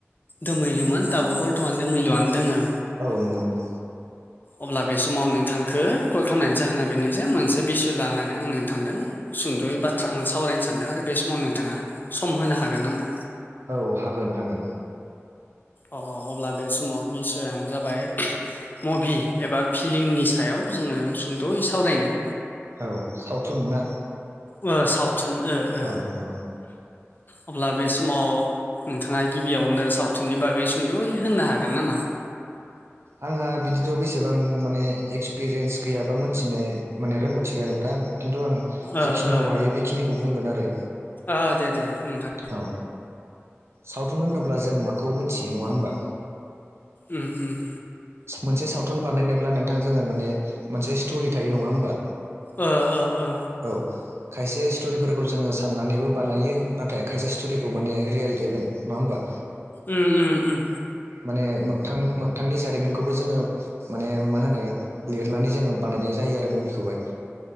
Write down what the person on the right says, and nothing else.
औ नंगौ नंगौ
औ हागोन हागोन
औ सावथुन ना
औ औ
आंहा बिदिथ' बेसेबां माने एक्सपिरियेन्स गैयाबा मोनथिनाय माने रोंगौथि गैया नोंथां खिन्थु आं
जेखिनिखौ
हायो बेखिनिखौ बुंगोन आरो
औ सावथुन होनोब्ला जों माखौ मोनथियो नङा होमबा
मोनसे सावथुन बानायनोब्ला नोंथां जोङो माने मोनसे स्ट'रि थायो नङा होमबा
औ खायसे स्ट'रिफोरखौ जोङो साननानैबो बानायो नाथाय खायसे स्ट'रिखौ माने रियेल इभेन्ट नङा होमबा
माने मोगथां मोगथांनि जारिमिनखौबो जोङो माने मा होनो लिरनानै जोङो बानायनाय जायो आरो मभिखौहाय